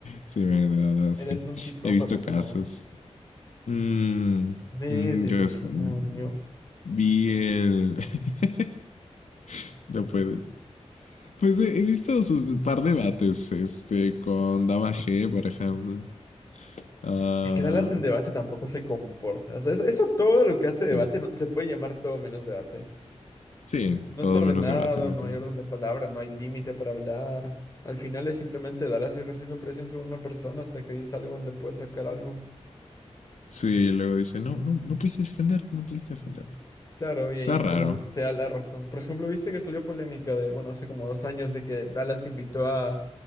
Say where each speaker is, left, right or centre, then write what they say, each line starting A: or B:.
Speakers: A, on the left; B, on the left.
A: Sí, bueno, de verdad, sí.
B: Eres un psicópata
A: He visto
B: como
A: casos.
B: es.
A: Mm,
B: Me
A: mm,
B: dice
A: yo es-
B: el rebaño.
A: mm, vi el... <laughs> No puedo. Pues he, he visto sus de- par debates, este, con Dama G, por ejemplo. Ah,
B: Es que Dallas en debate tampoco se comporta. O sea, es- eso todo lo que hace debate
A: sí.
B: no- se puede llamar todo menos debate.
A: Sí,
B: No
A: todo
B: es ordenado,
A: menos debate, literal.
B: no hay orden de palabra, no hay límite para hablar. Al final es simplemente Dallas ejerciendo presión sobre una persona hasta que dice algo donde puede sacar algo.
A: Sí, luego dice, no, no, no pudiste defenderte, no pudiste defenderte.
B: Claro, y
A: Está
B: ahí es
A: raro.
B: como sea la razón. Por ejemplo, viste que salió polémica de, bueno, hace como dos años de que Dallas invitó a